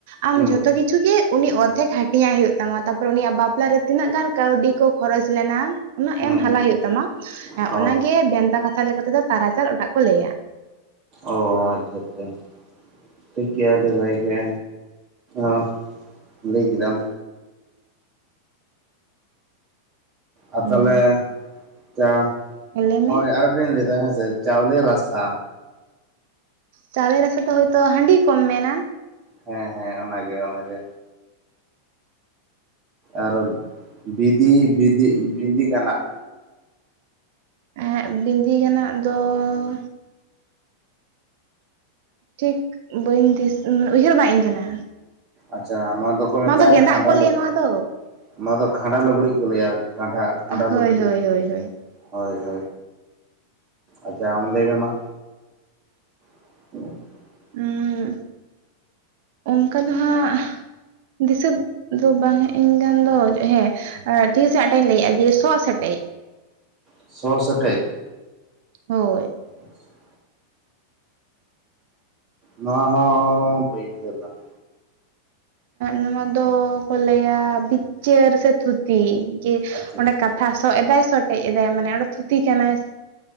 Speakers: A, on the right (about 50°); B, on the right (about 30°).
A: ᱟᱢ
B: ᱦᱩᱸ
A: ᱡᱚᱛᱚ ᱠᱤᱪᱷᱩ ᱜᱮ ᱩᱱᱤ ᱚᱫᱷᱮᱠ ᱦᱟ <unintelligible> ᱦᱩᱭᱩᱜ ᱛᱟᱢᱟ ᱛᱟᱯᱚᱨᱮ ᱩᱱᱤᱭᱟᱜ ᱵᱟᱯᱞᱟ ᱨᱮ ᱛᱤᱱᱟᱹᱜ ᱜᱟᱱ ᱠᱟᱹᱣᱰᱤ ᱠᱚ ᱠᱷᱚᱨᱚᱪ ᱞᱮᱱᱟ ᱩᱱᱟᱹᱜ
B: ᱦᱩᱸ ᱦᱩᱸ
A: ᱮᱢ
B: ᱦᱩᱸ
A: ᱦᱟᱞᱟ ᱦᱩᱭᱩᱜ ᱛᱟᱢᱟ
B: ᱚ
A: ᱚᱱᱟᱜᱮ ᱵᱷᱮᱱᱛᱟ ᱠᱟᱛᱷᱟ ᱞᱮᱠᱟ ᱛᱮᱫᱚ ᱛᱟᱨᱟᱪᱟᱞ ᱚᱴᱟᱜ ᱠᱚ ᱞᱟᱹᱭᱟ᱾
B: ᱚ ᱟᱪᱪᱷᱟ ᱟᱪᱪᱷᱟ ᱴᱷᱤᱠ ᱜᱮᱭᱟ ᱟᱹᱰᱤ ᱵᱷᱟᱹᱜ ᱜᱮ ᱚᱸ ᱞᱟᱹᱭ ᱠᱮᱫᱟᱢ ᱟᱨ
A: ᱦᱩᱸ
B: ᱛᱟᱦᱚᱞᱮ ᱪᱟ
A: ᱞᱟᱹᱭ
B: ᱦᱳᱭ
A: ᱢᱮ
B: ᱟᱨᱢᱮᱫᱴᱟᱧ ᱞᱟᱹᱭᱮᱫᱟ ᱦᱮᱸᱥᱮ ᱪᱟᱣᱞᱮ ᱨᱟᱥᱛᱟ
A: ᱪᱟᱣᱞᱮ ᱨᱟᱥᱟ ᱫᱚ ᱦᱭᱛᱳ ᱦᱟᱺᱰᱤ ᱠᱚᱢ ᱢᱮᱱᱟ
B: ᱦᱮᱸ ᱦᱮᱸ ᱚᱱᱟᱜᱮ ᱚᱱᱟᱜᱮ ᱟᱨ ᱵᱤᱫᱤ ᱵᱤᱫᱤ ᱵᱤᱸᱫᱤ ᱜᱟᱱᱟᱜ
A: ᱮᱸ ᱵᱸᱤᱫᱤ ᱜᱟᱱᱟᱜ ᱫᱚᱻᱚ ᱴᱷᱤᱠ ᱵᱟᱹᱧ ᱫᱤᱥ <unintelligible> ᱩᱭᱦᱟᱹᱨ ᱵᱟᱜ ᱤᱧ ᱠᱟᱱᱟ
B: ᱟᱪᱪᱷᱟ ᱱᱚᱣᱟ ᱫᱚᱠᱚ ᱢᱮᱛᱟᱜᱼᱟ
A: ᱵᱟᱝ ᱫᱚ ᱜᱮᱸᱫᱟᱜ
B: ᱠᱷᱟᱸᱰᱟ
A: ᱠᱚ
B: <unintelligible>
A: ᱞᱟᱹᱭᱟ ᱱᱚᱣᱟ ᱫᱚ
B: ᱱᱚᱣᱟ ᱫᱚ ᱠᱷᱟᱸᱰᱟ ᱞᱩᱜᱽᱲᱤ ᱠᱚ ᱞᱟᱹᱭᱟ ᱠᱟᱱᱰᱷᱟ ᱠᱷᱟᱸᱰᱟ
A: ᱦᱳᱭ
B: ᱞᱩᱜᱽᱲᱤᱡ
A: ᱦᱳᱭ ᱦᱳᱭ ᱦᱳᱭ
B: ᱦᱳᱭ ᱦᱳᱭ ᱟᱪᱪᱷᱟ ᱟᱢ ᱞᱟᱹᱭ ᱢᱮ ᱢᱟ <inaudible>
A: ᱩᱸᱜ ᱚᱱᱠᱟ ᱫᱚ ᱦᱟᱸᱜ ᱫᱤᱥᱟᱹ <unintelligible> ᱫᱚ ᱵᱟᱝ ᱦᱮᱡ ᱟᱧ ᱠᱟᱹᱱ ᱫᱚ ᱦᱮᱸ ᱴᱷᱤᱥ ᱟᱴᱟ ᱤᱧ ᱞᱟᱹᱭᱮᱫᱼᱟ ᱡᱮ ᱥᱚᱜ ᱥᱮᱴᱮᱡ
B: ᱥᱚ ᱥᱮᱴᱮᱡ
A: ᱦᱳᱭ
B: ᱟᱪᱪᱷᱟ <inaudible> ᱱᱚᱣᱟ ᱦᱚᱸ ᱵᱟᱹᱧ ᱩᱭᱦᱟᱹᱨ ᱮᱫᱟ <inaudible>
A: ᱱᱚᱣᱟ ᱫᱚᱠᱚ ᱞᱟᱹᱭᱟ ᱵᱤᱪᱟᱹᱨ ᱥᱮ ᱛᱷᱩᱛᱤ ᱡᱮ
B: ᱟᱪᱪᱷᱟ
A: ᱚᱸᱰᱮ ᱠᱟᱛ ᱛᱷᱟ ᱥᱚᱜ ᱮᱫᱟᱭ ᱥᱚᱴᱮᱡ ᱮᱫᱟᱭ ᱢᱟᱱᱮ ᱚᱰᱮ ᱛᱷᱩᱛᱤ ᱠᱟᱱᱟᱭ